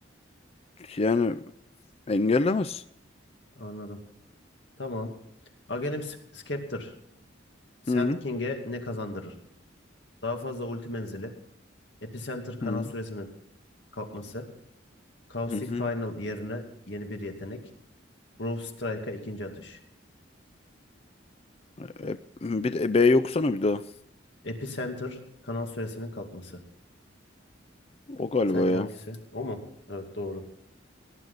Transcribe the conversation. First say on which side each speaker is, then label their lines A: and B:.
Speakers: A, on the left; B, on the left.
A: Yani engellemez.
B: Anladım. Tamam. Aghanim Scepter, Sand
A: Hı
B: King'e ne kazandırır? Daha fazla ulti menzili, Epicenter kanal
A: hı.
B: süresinin kalkması, Caustic
A: Hı hı.
B: Final yerine yeni bir yetenek, Brawl Strike'a ikinci atış.
A: E, bir de e, B yoksana bir daha.
B: Epicenter kanal süresinin kalkması.
A: O galiba
B: Sence
A: ya.
B: hangisi? O mu? Evet doğru.